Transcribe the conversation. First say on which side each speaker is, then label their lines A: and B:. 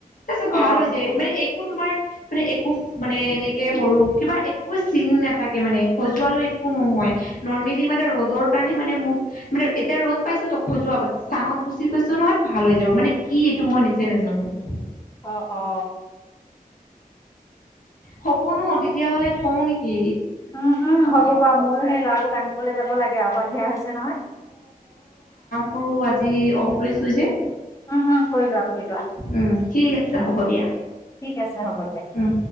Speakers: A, on the left; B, on the left.
A: তাৰপিছত
B: অ
A: ভাল হৈ হৈছে মানে একো তোমাৰ মানে একো মানে এনেকে সৰু কিবা একো চিন নাথাকে মানে সজোৱালো একো নহয়। নৰ্মেলি মানে ৰ'দৰ কাৰণে মানে মোক মানে এতিয়া ৰ'দ পাইছো তো খজুৱ চাঙত গুচি গৈছ নহয় ভাল হৈ যাব মানে কি এইটো মই নিজে নাজানো। জানো
B: অ - অ।
A: হব ন তেতিয়াাহলে থও নেকি।
B: উম উম, হ'ব বাৰু ময়ো সেই ল'ৰাটোক আনিবলৈ যাব লাগে আৰু সন্ধিয়া হৈছে নহয়।
A: কৰৰু আজি অফ লৈছো যে।
B: উম, হম কৰিলোৱা - কৰিলোৱা।
A: উম ঠিক আছে হ'ব দিয়া।
B: ঠিক আছে হ'ব দিয়া।
A: উম